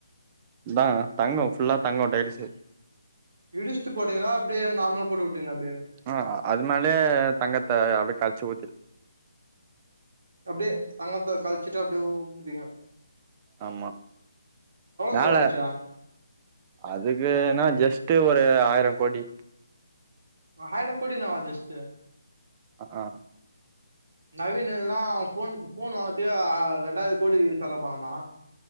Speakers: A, on the right; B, on the right.
A: அதா தங்க ஃபுல்லா தங்க டைல்ஸ்
B: இடிச்ட்டு போட்டீங்களா அப்டியே நாமளா போட்டு விட்டீங்களா அப்டி
A: ஆ அது மேலயே தங்கத்த அப்டி கரச்சு ஊத்திட்
B: அப்டி தங்கத்த சழிச்சுட்டு அப்டியே ஊத்திட்டிங்க
A: ஆமா மேல
B: செலவாயிடுச்சு
A: அதுக்குன்னா ஜஸ்ட் ஒ ஒரு ஆயிர கோடி
B: ஹாயிரங்கோடி னவா ஜஸ்ட்
A: ஆ
B: நவீன எல்லா ஃபோன் ஃபோன் வாங்கத்த ரெண்டாயி கோடி செலவு பண்ணானா